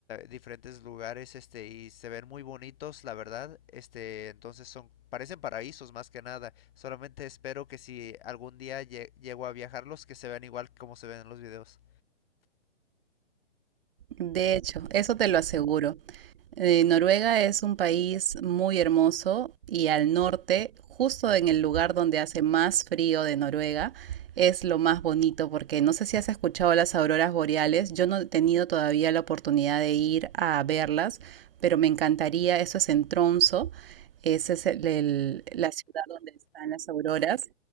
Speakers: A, on the left (about 50°); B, on the right (about 50°).
A: diferentes lugares este y se ven muy bonitos la verdad este entonces son parecen paraísos más que nada solamente espero que si algún día lle- llego a viajarlos que se vean igual como se ven en los videos
B: De hecho, eso te lo aseguro. Eh, Noruega es un país muy hermoso y al norte, justo en el lugar donde hace más frío de Noruega, es lo más bonito porque no sé si has escuchado las auroras boreales, yo no he tenido todavía la oportunidad de ir a verlas, pero me encantaría, eso es en Tromso, esa es el- el- la ciudad donde están las auroras